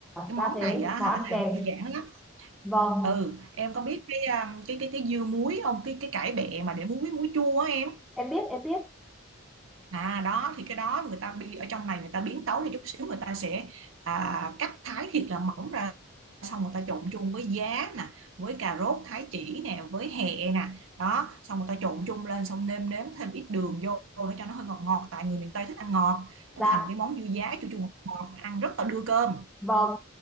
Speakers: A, on the right; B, in the centre.
A: cái món
B: ra thế,
A: này á
B: món
A: hả
B: ăn
A: làm
B: kèm.
A: đơn giản lắm
B: Vâng,
A: ừ em có biết cái um, cái cái cái dưa muối không cái cái cải bẹ mà để muối muối chua á em
B: em biết, em biết.
A: à đó thì cái đó người ta bi ở trong này người ta biến tấu đi chút xíu người ta sẽ à, cắt thái thịt là mỏng ra xong người ta trộn chung với giá nè với cà rốt thái chỉ nè với hẹ nè đó xong người ta trộn chung lên xong nêm nếm thêm ít đường vô để cho nó hơi ngọt ngọt tại người miền Tây thích ăn ngọt nó
B: Dạ,
A: thành cái món dưa giá chua chua ngọt ngọt ăn rất là đưa cơm
B: vâng.